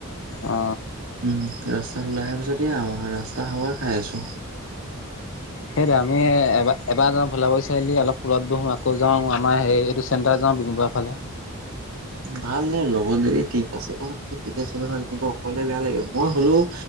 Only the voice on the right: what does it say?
উম, ৰাস্তাত ওলাই অহা পিছতে আউ ৰাস্তাৰ হাৱা খাই আছো। <unintelligible>
ভাল নে লগত যদি তিনিটা চাৰিটা তেতিয়া চলে ভাল, কিন্তু অকলে বেয়া লাগে, মই হলেও